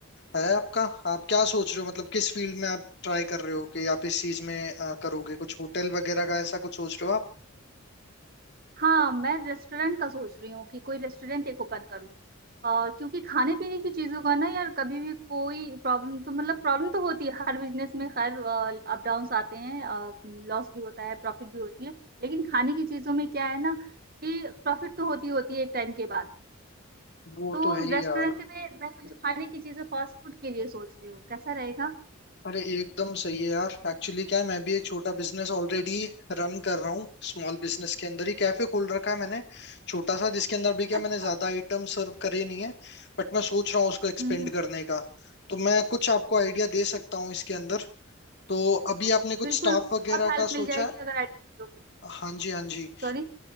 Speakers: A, on the left; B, on the right.
A: है आपका आप क्या सोच रहे हो मतलब किस फील्ड में आप ट्राई कर रहे हो कि आप इस चीज में अ, करोगे कुछ होटल वगैरह का ऐसा कुछ सोच रहे हो आप
B: हाँ मैं रेस्टोरेंट का सोच रही हूँ कि कोई रेस्टोरेंट एक ओपन करूँ और क्योंकि खाने पीने की चीजों का ना यार कभी भी कोई प्रॉब्लम तो मतलब प्रॉब्लम तो होती है हर बिजनेस में खैर अप डाउन्स आते हैं लॉस भी होता है प्रॉफिट भी होती है लेकिन खाने की चीजों में क्या है ना कि प्रॉफिट तो होती होती है एक टाइम के बाद
A: वो
B: तो
A: तो है ही
B: रेस्टोरेंट
A: यार
B: में मैं कुछ खाने की चीजें फास्ट फूड के लिए सोच रही हूँ कैसा रहेगा
A: अरे एकदम सही है यार एक्चुअली क्या है मैं भी एक छोटा बिजनेस ऑलरेडी रन कर रहा हूँ स्मॉल बिजनेस के अंदर ही कैफे खोल रखा है मैंने छोटा सा जिसके अंदर भी क्या मैंने
B: अच्छा
A: ज्यादा आइटम सर्व करे नहीं है बट मैं सोच रहा हूँ उसको एक्सपेंड
B: हम्म हम्म
A: करने का तो मैं कुछ आपको आइडिया दे सकता हूँ इसके अंदर तो अभी आपने
B: बिल्कुल
A: कुछ स्टाफ वगैरह
B: बहुत हेल्प
A: का
B: मिल
A: सोचा
B: जाएगी
A: है
B: अगर आइडिया दोगे।
A: हाँ जी हाँ जी
B: सॉरी